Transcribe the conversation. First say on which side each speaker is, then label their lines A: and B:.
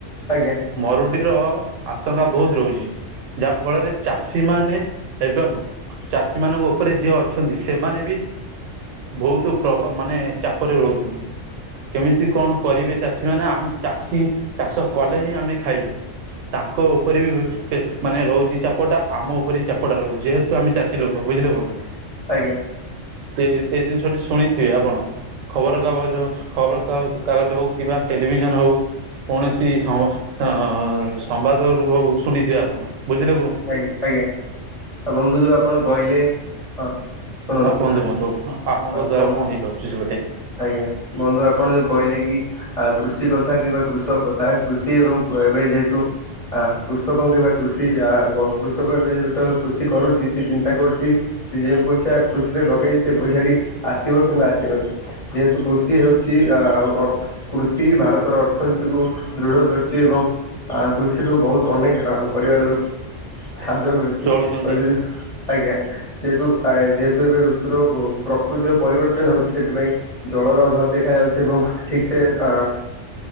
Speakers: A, on the left; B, on the right.
A: ଆଜ୍ଞା।
B: ମରୁଡ଼ିର ଆଶଙ୍କା ବହୁତ ରହୁଛି ଯାହା ଫଳରେ ଚାଷୀ ମାନେ ଏବଂ ଚାଷୀମାନଙ୍କ ଉପରେ ଜିଏ ଅଛନ୍ତି ସେମାନେ ବି ବହୁତ ପ୍ରଭ ମାନେ ଚାପରେ ରହୁଛନ୍ତି କେମିତି କଣ କରିବେ ଚାଷୀ ମାନେ ଆମେ ଚାଷୀ ଚାଷ କଲେ ହିଁ ଆମେ ଖାଇବୁ ତାଙ୍କ ଉପରେ ବି ମାନେ ରହୁଛି ଚାପଟା ଆମ ଉପରେ ଚାପଟା ରହୁଛି ଯେହେତୁ ଆମେ ଚାଷୀ ଲୋକ ବୁଝିଲେ ବନ୍ଧୁ
A: ଆଜ୍ଞା
B: ଏଇ ଜିନିଷଟି ଶୁଣିଥିବେ ଆପଣ ଖବର କାଗଜ ଖବର କାଗଜ ହଉ କିମ୍ବା ଟେଲିଭିଜନ ହଉ କୌଣସି ସମ ଅ ସମ୍ବାଦରୁ ହଉ ଶୁଣିଛି ଆପଣ ବୁଝିଲେ ପୁ
A: ଆଜ୍ଞା ଆଜ୍ଞା ଆଉ ବନ୍ଧୁ ଯୋଉ ଆପଣ କହିଲେ ହଁ ଶୁଣନ୍ତୁ।
B: ଆଉ କୁହନ୍ତୁ ବନ୍ଧୁ ଆପଣଙ୍କ ଦ୍ଵାରା
A: ହଁ
B: କଣ ହେଇପାରୁୁଚି ଟେ
A: ଆଜ୍ଞା ବନ୍ଧୁ ଆପଣ ଯୋଉ କହିଲେ କି ଆ କୃଷି କଥା କିମ୍ବା କୃଷକ କଥା କୃଷି ଏବଂ ଏବେ ଯେହେତୁ ଆ କୃଷକ କି ବା କୃଷି ଆ କୃଷକ ଏବେ ଯେବେ ତବେଳେ କୃଷି କରୁଛି ସେ ଚିନ୍ତା କରୁଛି। ସେ ଯେଉଁ ପଇସା କୃଷିରେ ଲଗେଇ ସେ ପଇସାଟି ଆସିବ କିମ୍ବା ଆସିବନି ଯେହେତୁ କୃଷି ହେଉଛି ଅ ଅର୍ଥ କୃଷି ଭାରତର ଅର୍ଥନୀତିକୁ ଦୃଢ କରିଛି ଏବଂ ଆ କୃଷିରୁୁ ବହୁତ ଅନେକ ପରିବାର ର ଖାଦ୍ୟ ମିଳୁଛି
B: ଚଳୁଛନ୍ତି
A: ଏବଂ ଯଦି ଆଜ୍ଞା ଯେହେତୁ ଯେହେତୁ ଏବେ ଋତୁର ପ୍ରକୃତିର ପରିବର୍ତ୍ତନ ହଉଛି ସେଥିପାଇଁ ଜଳର ଅଭାବ ଦେଖାଯାଉଛି ଏବଂ ଠିକ ସେ ଅ